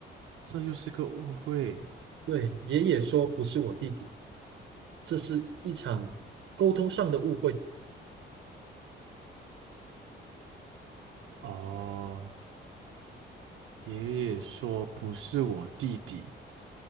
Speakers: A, on the right; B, on the right.
A: 这又是个误会
B: 对，爷爷说不是我弟弟，这是一场沟通上的误会。
A: 哦。爷爷说不是我弟弟，